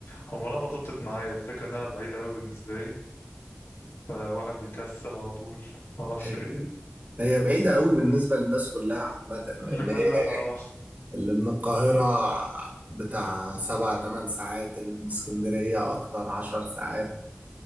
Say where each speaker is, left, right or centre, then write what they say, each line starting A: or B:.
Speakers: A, on the left (about 70°); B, on the right (about 40°).
A: عمرها ما ظبطت معايا الفكرة إنها بعيدة أوي بالنسبة لي فواحد بيكسل على طول معرفش
B: <laughs>
A: ليه
B: هي بعيدة قوي بالنسبة للناس كلها عامة لأن
A: اللي كلها
B: هي
A: اه
B: اللي من القاهرة بتاع سبع تمن ساعات اللي من اسكندرية أكتر عشر ساعات